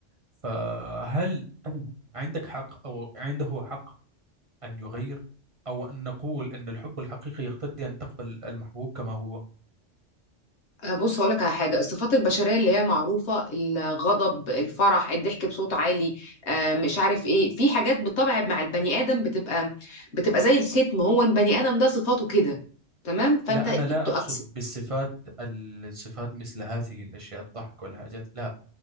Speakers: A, on the right; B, on the left.
A: فهل عندك حق أو عنده حق أن يغير أو أن نقول أن الحب الحقيقي يقتضي أن تقبل المحبوب كما هو
B: آه، بص هقولك على حاجه الصفات البشريه اللي هي معروفه الغضب الفرح الضحك بصوت عالي آه، مش عارف ايه في حاجات بالطبع مع البني ادم بتبقى بتبقى زي الختم هو البني ادم ده صفاته كده تمام فانت
A: لا أنا لا
B: تو
A: أقصد
B: اكسبت
A: بالصفات الصفات مثل هذه الأشياء الضحك والحاجات لا